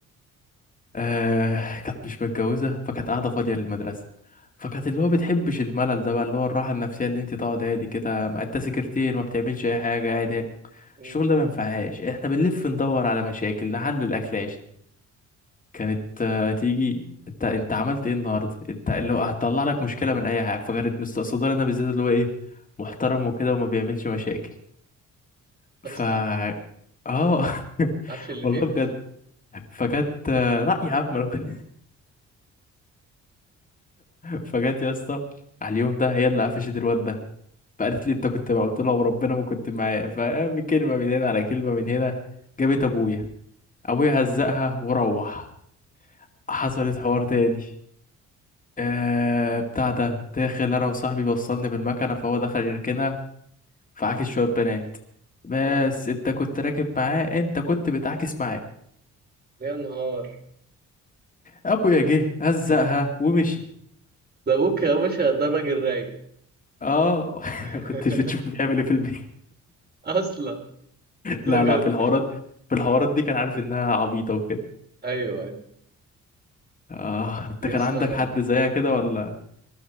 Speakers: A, on the left (about 25°); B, on the right (about 30°).
A: آه كانت مش متجوزة فكانت قاعدة فاضية للمدرسة فكانت اللي هو بتحبش الملل ده بقى اللي هو الراحة النفسية اللي انت تقعد هادي كده ما انت سكرتير ما بتعملش أي حاجة قاعد هادي
B: <laughs>
A: الشغل ده ما ينفعهاش احنا بنلف ندور على مشاكل نحل الأكلاش كانت آه، تيجي انت انت عملت ايه النهارده انت اللي هو هتطلع لك مشكله من اي حاجه فكانت مستقصداني انا بالذات اللي هو ايه محترم وكده وما بيعملش مشاكل
B: اصلا
A: ف
B: ما
A: اه <laughs>
B: تعرفش اللي
A: والله
B: فيها
A: بجد فجت آه، لا يا عم انا كنت فجت يا اسطى على اليوم ده هي اللي قفشت الواد ده فقالت لي انت كنت معاه؟ قلت لها وربنا ما كنت معاه فمن كلمه من هنا على كلمه من هنا جابت ابويا ابويا هزقها وروح حصلت حوار تاني آه بتاع ده داخل انا وصاحبي وصلني بالمكنه فهو دخل يركنها فعاكس شويه بنات بس
B: مم.
A: انت كنت راكب معاه انت كنت بتعاكس معاه
B: يا نهار
A: ابويا جه هزقها ومشي
B: ده ابوك يا باشا ده الراجل رايق
A: اه
B: <laughs>
A: <laughs> كنتش بتشوفه بيعمل ايه في البيت
B: اصلا بجد
A: لا لا في الحوارات في الحوارات دي كان عارف انها عبيطة وكده
B: ايوه ايوه
A: آه انت
B: يا
A: كان
B: اسطى
A: عندك
B: انا
A: حد زيها كده ولا